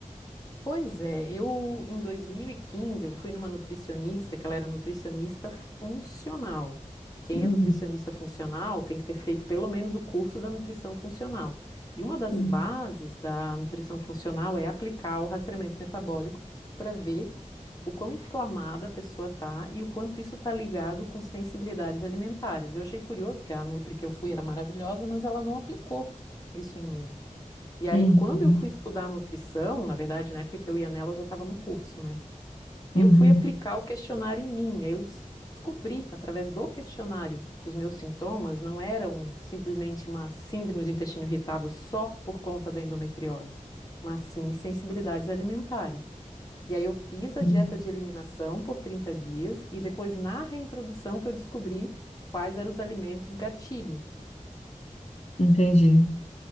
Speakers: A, on the left; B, on the left.
A: Pois é, eu em 2015 eu fui numa nutricionista, que ela era nutricionista funcional. Quem
B: Uhum,
A: é nutricionista funcional tem que ter feito pelo menos o curso da nutrição funcional. E uma das
B: sim.
A: bases da nutrição funcional é aplicar o rastreamento metabólico para ver o quão inflamada a pessoa está e o quanto isso está ligado com sensibilidades alimentares. Eu achei curioso, porque a nutri que eu fui era maravilhosa, mas ela não aplicou isso em mim. E aí,
B: Uhum,
A: quando eu fui estudar nutrição, na verdade, na época que eu ia nela, eu já estava no curso, né? Eu
B: uhum,
A: fui aplicar o questionário em mim. aí eu des- descobri, através do questionário, que os meus sintomas não eram simplesmente uma síndrome do intestino irritável só por conta da endometriose, mas sim sensibilidades alimentares. E aí eu fiz a
B: uhum.
A: dieta de eliminação por 30 dias e depois, na reintrodução, que eu descobri quais eram os alimentos gatilho.
B: Entendi.